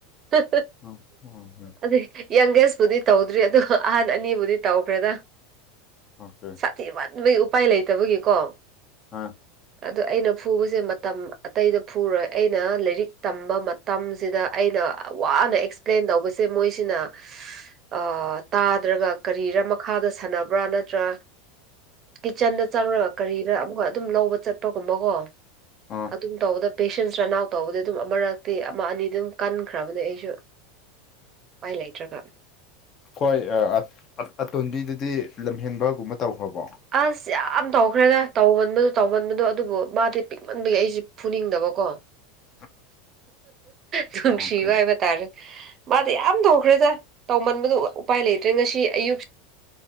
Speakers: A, on the right (about 35°); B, on the left (about 35°).
A: ꯍꯥ
B: ꯎꯝ ꯎꯝ
A: ꯍꯥ ꯌꯥꯡꯒꯦꯁꯄꯨꯗꯤ ꯇꯧꯗ꯭ꯔꯤ ꯑꯗꯤ ꯑꯍꯟ ꯑꯅꯤꯕꯨꯗꯤ ꯇꯧꯈ꯭ꯔꯦꯗ
B: ꯑꯣꯀꯦ
A: ꯊꯤꯃꯟꯕꯩ ꯎꯄꯥꯏ ꯂꯩꯇꯕꯒꯤꯀꯣ
B: ꯑꯥ
A: ꯑꯗꯣ ꯑꯩꯅ ꯐꯨꯕꯁꯦ ꯃꯇꯝ ꯑꯇꯩꯗ ꯐꯨꯔꯣꯏ ꯑꯩꯅ ꯂꯥꯏꯔꯤꯛ ꯇꯝꯕ ꯃꯇꯝꯁꯤꯗ ꯑꯩꯅ ꯋꯥꯅ ꯑꯦꯛꯁꯄ꯭ꯂꯦꯟ ꯇꯧꯕꯁꯦ ꯃꯣꯏꯁꯤꯅ ꯑꯥ ꯇꯥꯗ꯭ꯔꯥꯒ ꯀꯔꯤꯔꯥ ꯃꯈꯥꯗ ꯁꯥꯟꯅꯕ꯭ꯔꯥ ꯅꯠꯇ꯭ꯔꯥ ꯀꯤꯠꯆꯟꯗ ꯆꯪꯔꯒ ꯀꯔꯤꯔꯥ ꯑꯃꯨꯛꯀꯥ ꯑꯗꯨꯝ ꯂꯧꯕ ꯆꯠ ꯄꯒꯨꯝꯕꯀꯣ
B: ꯑꯥ
A: ꯑꯗꯨꯝ ꯇꯧꯕꯗ ꯄꯦꯁꯦꯟꯁ ꯔꯟ ꯑꯥꯎꯠ ꯇꯧꯕꯗꯤ ꯑꯗꯨꯝ ꯑꯃꯔꯛꯇꯤ ꯑꯃ ꯑꯅꯤ ꯑꯗꯨꯝ ꯀꯟꯈ꯭ꯔꯥꯕꯅꯦ ꯑꯩꯁꯨ ꯎꯄꯥꯏ ꯂꯩꯇ꯭ꯔꯥꯒ
B: ꯈꯣꯏ ꯑꯥ ꯑꯇꯣꯟꯕꯤꯗꯨꯗꯤ ꯂꯝꯍꯦꯟꯕꯒꯨꯝꯕ ꯇꯧꯈ꯭ꯔꯥꯕꯣ
A: ꯑꯁ ꯌꯥꯝ ꯇꯧꯈ꯭ꯔꯦꯗ ꯇꯧꯃꯟꯕꯗꯣ ꯇꯧꯃꯟꯕꯗꯣ ꯑꯗꯨꯕꯨ ꯃꯥꯗꯤ ꯄꯤꯛꯃꯟꯕꯒꯤ ꯑꯩꯖꯦ ꯐꯨꯅꯤꯡꯗꯕꯀꯣ
B: <inaudible>
A: ꯅꯨꯡꯁꯤꯕ
B: ꯑꯣꯀꯦ
A: ꯍꯥꯏꯕ ꯇꯥꯔꯦ ꯃꯥꯗꯤ ꯌꯥꯝ ꯇꯧꯈ꯭ꯔꯦꯗ ꯇꯧꯃꯟꯕꯗꯣ ꯎꯄꯥꯏ ꯂꯩꯇ꯭ꯔꯦ ꯉꯁꯤ ꯑꯌꯨꯛ